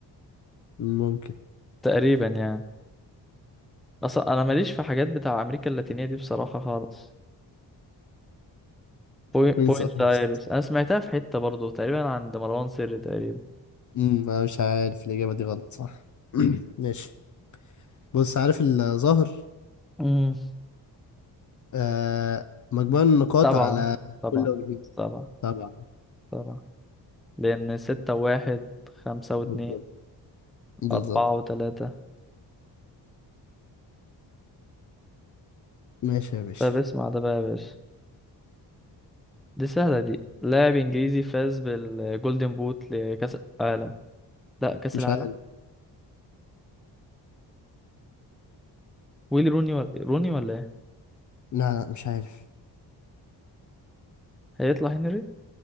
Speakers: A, on the left (about 45°); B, in the centre.
A: ممكن
B: تقريبا يعني اصلا انا ماليش في حاجات بتاع امريكا اللاتينيه دي بصراحه خالص بوي- بوينت
A: بوينس آيرس
B: ايرس انا سمعتها في حته برضو تقريبا عند مروان سري تقريبا
A: أمم، أنا مش عارف الإجابة دي غلط صح <clears throat> ماشي بص عارف الظاهر
B: امم
A: آه مجموع النقاط
B: طبعا
A: على
B: طبعا
A: كل وجهين
B: طبعا
A: طبعا
B: طبعا لأن ستة واحد خمسة واتنين
A: بالظبط بالظبط
B: أربعة وتلاتة
A: ماشي يا باشا
B: طب اسمع ده بقى يا باشا دي سهلة دي لاعب إنجليزي فاز بالجولدن بوت لكأس العالم لا كأس
A: مش
B: العالم
A: عارف
B: ويلي روني ولا روني ولا ايه
A: لا لا مش عارف
B: هيطلع هنري